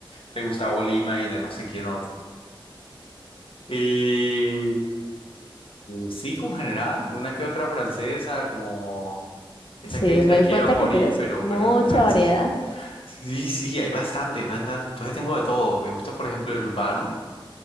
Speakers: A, on the left; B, on the left.
A: de Gustavo Lima y de no sé quién otro. Y sí, con general, una que otra francesa, como esa
B: Sí,
A: que es
B: me
A: La
B: di
A: quiero
B: cuenta
A: a morir,
B: que tienes
A: pero,
B: mucha
A: pero en francés.
B: variedad.
A: Sí, sí, hay bastante, hay bastante. Entonces tengo de todo. Me gusta, por ejemplo, el urbano.